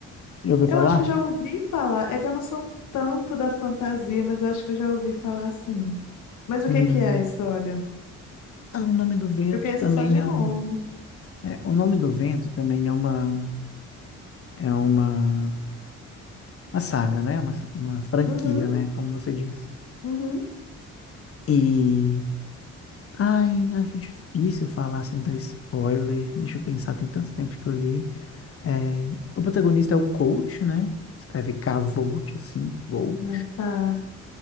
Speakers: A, on the left (about 50°); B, on the left (about 75°).
A: já ouviu
B: eu
A: falar?
B: acho que eu já ouvi falar. É que eu não sou tanto da fantasia, mas eu acho que eu já ouvi falar sim. Mas o
A: Hum.
B: que que é a história?
A: Ah, O Nome do Vento
B: Eu conheço
A: também
B: só de
A: é
B: nome.
A: um... é, o Nome do Vento também é uma... É uma... Uma saga, né? Uma, uma franquia,
B: Uhum,
A: né? Como você diz.
B: uhum.
A: E... Ai, acho difícil falar sem dar spoiler. Deixa eu pensar, tem tanto tempo que eu li. É, o protagonista é o Colt, né? Escreve K-Volt, assim, Colt.
B: Ah, tá.